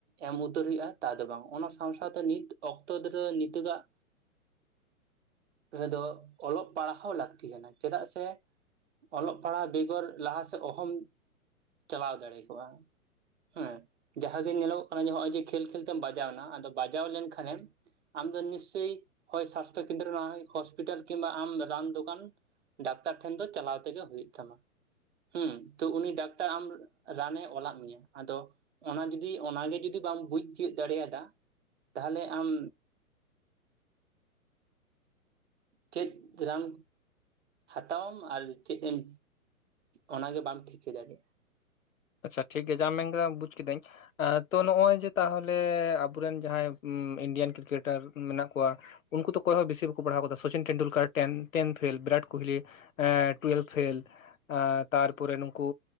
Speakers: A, on the right; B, on the left.
A: ᱮᱢ ᱩᱛᱟᱹᱨ ᱦᱩᱭᱩᱜᱼᱟ ᱛᱟ ᱫᱚ ᱵᱟᱝ ᱚᱱᱟ ᱥᱟᱶ ᱥᱟᱶᱛᱮ ᱱᱤᱛ ᱚᱠᱛᱚ ᱫᱷᱚᱨᱟᱹ ᱱᱤᱛᱚᱜᱟᱜ ᱨᱮᱫᱚ ᱚᱞᱚᱜ ᱯᱟᱲᱦᱟᱣ ᱞᱟᱠ ᱛᱤ ᱠᱟᱱᱟ ᱪᱮᱫᱟᱜ ᱥᱮ ᱚᱞᱚᱜ ᱯᱟᱲᱦᱟᱜ ᱵᱮᱜᱚᱨ ᱞᱟᱦᱟ ᱥᱮᱫ ᱚᱦᱚᱢ ᱪᱟᱞᱟᱣ ᱫᱟᱲᱮ ᱠᱚᱜᱼᱟ᱾ ᱦᱮᱸ ᱡᱟᱦᱟᱸ ᱜᱮ ᱧᱮᱞᱚᱜᱚᱜ ᱠᱟᱱᱟ ᱦᱚᱜᱼᱚᱭ ᱡᱮ ᱠᱷᱮᱞ ᱠᱷᱮᱞ ᱛᱮᱢ ᱵᱟᱡᱟᱣᱱᱟ ᱟᱫᱚ ᱵᱟᱡᱟᱣ ᱞᱮᱱᱠᱷᱟᱱᱮᱢ ᱟᱢ ᱫᱚ ᱱᱤᱥᱪᱚᱭ ᱦᱚᱭ ᱥᱟᱥᱛᱷᱚ ᱠᱮᱱᱫᱨᱚ ᱱᱟᱦᱚᱭ ᱦᱚᱥᱯᱤᱴᱟᱞ ᱠᱤᱢᱵᱟ ᱟᱢ ᱨᱟᱱ ᱫᱚᱠᱟᱱ ᱰᱟᱠᱛᱟᱨ ᱴᱷᱮᱱ ᱫᱚ ᱪᱟᱞᱟᱣ ᱛᱮᱜᱮ ᱦᱩᱭᱩᱜ ᱛᱟᱢᱟ᱾ ᱦᱩᱸ ᱛᱚ ᱩᱱᱤ ᱰᱟᱠᱛᱟᱨ ᱟᱢ ᱨᱟᱱᱮ ᱚᱞᱟᱜ ᱢᱤᱭᱟ ᱟᱫᱚ ᱚᱱᱟ ᱡᱩᱫᱤ ᱚᱱᱟᱜᱤ ᱡᱩᱫᱤ ᱵᱟᱢ ᱵᱩᱡᱽ ᱛᱤᱭᱩᱜ ᱫᱟᱲᱤᱭᱟᱫᱟ ᱛᱟᱦᱞᱮ ᱟᱢ ᱪᱮᱫ ᱨᱟᱱ ᱦᱟᱛᱟᱣᱟᱢ ᱟᱨ ᱪᱮᱫ ᱮᱢ ᱚᱱᱟᱜᱮ ᱵᱟᱢ ᱴᱷᱤᱠᱟᱹ ᱫᱟᱲᱮᱭᱟᱜᱼᱟ᱾
B: ᱟᱪᱪᱷᱟ ᱴᱷᱤᱠ ᱜᱮ ᱡᱟᱦᱟᱢ ᱢᱮᱱ ᱠᱟᱫᱟ ᱵᱩᱡ ᱠᱤᱫᱟᱹᱧ ᱟᱨ ᱛᱚ ᱱᱚᱜᱼᱚᱭ ᱡᱮ ᱛᱟᱦᱚᱞᱮ ᱟᱵᱚᱨᱮᱱ ᱡᱟᱦᱟᱸᱭ ᱩᱸ ᱤᱱᱰᱤᱭᱟᱱ ᱠᱨᱤᱠᱮᱴᱟᱨ ᱢᱤᱱᱟᱜ ᱠᱩᱣᱟ ᱩᱱᱠᱩ ᱫᱚ ᱚᱠᱚᱭ ᱦᱚᱸ ᱵᱤᱥᱤ ᱵᱟᱠᱚ ᱯᱟᱲᱦᱟᱣ ᱠᱟᱫᱟ Sachin Tendulkar ten ten fail Virat Kohli ᱮᱸ ᱴᱩᱭᱮᱞᱵᱷ ᱯᱷᱮᱞ ᱛᱟᱨᱯᱚᱨᱮ ᱱᱩᱝᱠᱩ